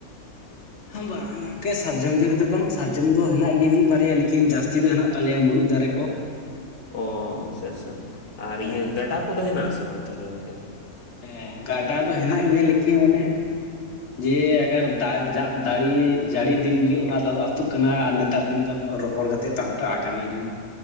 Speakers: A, on the left; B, on the left.
A: ᱦᱮᱸ ᱵᱟᱝ ᱜᱚᱢᱠᱮ ᱥᱟᱨᱡᱚᱢ ᱵᱤᱨ ᱫᱚ ᱵᱟᱝ, ᱥᱟᱨᱡᱚᱢ ᱫᱚ ᱦᱮᱱᱟᱜ ᱜᱮᱭᱟ ᱢᱤᱫ ᱵᱟᱨᱭᱟ ᱞᱮᱠᱤᱱ ᱡᱟᱹᱥᱛᱤ ᱫᱚ ᱦᱮᱱᱟᱜ ᱛᱟᱞᱮᱭᱟ ᱢᱩᱨᱩᱫ ᱫᱟᱨᱮ ᱠᱚ ᱾ ᱛᱚ᱾
B: ᱚ ᱟᱪᱪᱷᱟ ᱟᱪᱪᱷᱟ, ᱟᱨ
A: ᱦᱮᱸ
B: ᱤᱭᱟᱹ ᱜᱟᱰᱟ ᱠᱚᱫᱚ ᱦᱮᱱᱟᱜ ᱟᱥᱮ ᱵᱟᱝ ᱛᱟᱦᱚᱞᱮ ᱜᱚᱝᱠᱮ?
A: ᱦᱮᱸ ᱜᱟᱰᱟ ᱫᱚ ᱦᱮᱱᱟᱜ ᱜᱮᱭᱟ᱾ ᱞᱮᱠᱤᱱ ᱚᱱᱮ ᱡᱮ ᱟᱹᱜᱟᱨ ᱫᱟᱜ ᱫᱟᱨᱮ ᱡᱟᱹᱲᱤ ᱫᱤᱱ ᱜᱮ ᱚᱱᱟ ᱫᱚ ᱟᱹᱛᱩᱜ ᱠᱟᱱᱟ᱾ ᱱᱮᱛᱟᱨ ᱫᱤᱱ ᱫᱚ ᱨᱚᱦᱚᱲ ᱠᱟᱛᱮ ᱴᱟᱱᱴᱟᱜ ᱟᱠᱟᱱᱟ ᱮᱠᱫᱚᱢ ᱾